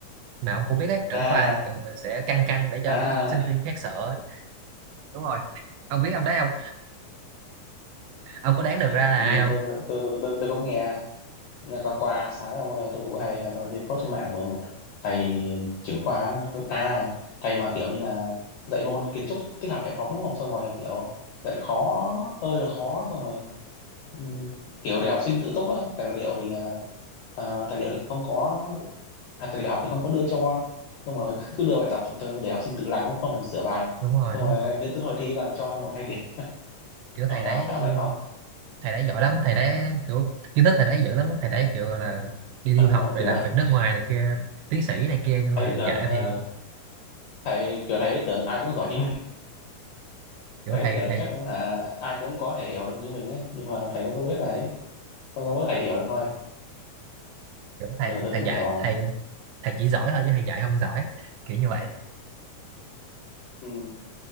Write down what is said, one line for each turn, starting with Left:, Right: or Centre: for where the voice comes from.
Right: mà ông cũng biết đấy trưởng
Left: À,
Right: khoa kiểu mình sẽ căng căng để cho
Left: à,
Right: mấy sinh viên khác sợ ấy. đúng rồi ông biết ông đấy không ông có đoán được ra
Left: hình
Right: là ai
Left: như là
Right: không
Left: tôi tôi tôi tôi, tôi cũng nghe nghe có qua sáng ông ơi tôi cũng hay là coi trên post trên mạng về một thầy trưởng khoa à thầy mà kiểu như là dạy môn kiến trúc tích hợp hệ thống đúng không xong rồi kiểu dạy khó ơi là khó xong rồi ừ, kiểu để học sinh tự túc á tài liệu thì ờ, ờ, tài liệu thì không có à, tài liệu học thì không có đưa cho xong rồi <laughs> cứ đưa bài tập tôi để học sinh tự làm cũng không thèm sửa bài
Right: đúng rồi
Left: xong
Right: đúng
Left: rồi
Right: rồi
Left: đến tới hồi thi toàn cho một hai điểm
Right: kiểu
Left: ông
Right: thầy
Left: phải,
Right: đấy
Left: phải ông đấy không
Right: thầy đấy giỏi lắm thầy đấy kiểu kiến thức thầy đấy dữ lắm thầy đấy kiểu gọi là đi
Left: ừ
Right: du học
Left: đúng rồi
Right: rồi
Left: kiểu
Right: làm
Left: <laughs>
Right: việc nước ngoài này kia tiến sĩ này kia nhưng mà
Left: thấy tưởng
Right: dạy
Left: ờ,
Right: thì
Left: thầy kiểu thấy tưởng ai cũng giỏi như
Right: kiểu
Left: thầy
Right: thầy
Left: tưởng
Right: thầy
Left: chắc hả ai cũng có thể hiểu được như mình á nhưng mà thầy đâu có biết là ấy có có mỗi thầy hiểu được thôi
Right: kiểu thầy
Left: ừ tôi
Right: thầy
Left: cũng
Right: dạy
Left: hiểu mà
Right: thầy thầy chỉ giỏi thôi chứ thầy dạy không giỏi kiểu như vậy
Left: ừ.